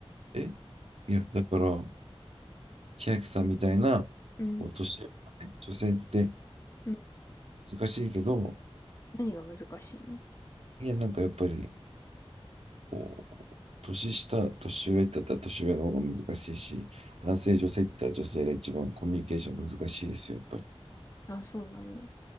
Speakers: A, on the right; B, on the left.
A: えいや、だから、千秋さんみたいなお年寄りのね、
B: うん。
A: 女性って
B: うん。
A: 難しいけど、
B: 何が難しいの
A: いや、なんかやっぱり、こう、年下、年上だったら年上の方が難しいし、男性、女性って言ったら女性が一番コミュニケーション難しいですよ、やっぱり。
B: あ、そうなんだ。